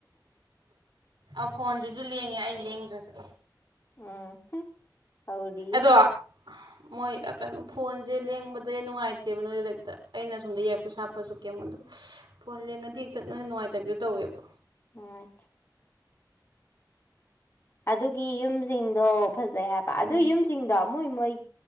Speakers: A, on the right; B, on the left.
A: ꯑ ꯐꯣꯟꯁꯤꯁꯨ ꯂꯦꯡꯉꯦ ꯑꯩ ꯂꯦꯡꯗ꯭ꯔꯁꯨ
B: ꯎꯝ ꯑꯥꯎꯔꯤ
A: ꯑꯗꯣ ꯃꯣꯏ ꯀꯩꯅꯣ ꯐꯣꯟꯁꯦ ꯂꯦꯡꯕꯗ ꯅꯨꯡꯉꯥꯏꯇꯦꯕ ꯅꯣꯏ ꯂꯔꯤꯛꯇ ꯑꯩꯅ ꯁꯣꯝꯗ ꯏꯌꯥꯔꯄꯤꯤꯁ ꯍꯥꯞꯄꯁꯨ ꯀꯦꯝꯉꯣꯟꯗ ꯐꯣꯟ ꯂꯦꯡꯉꯗꯤ ꯍꯦꯛꯇꯠꯅ ꯅꯨꯡꯉꯥꯏꯇꯕꯤꯗꯣ ꯇꯧꯋꯦꯕ
B: ꯑ ꯑꯗꯨꯒꯤ ꯌꯨꯝꯁꯤꯡꯗꯣ ꯐꯖꯩ ꯍꯥꯏꯕ ꯑꯗꯨ
A: ꯎꯝ
B: ꯌꯨꯝꯁꯤꯡꯗꯣ ꯃꯣꯏ ꯃꯣꯏ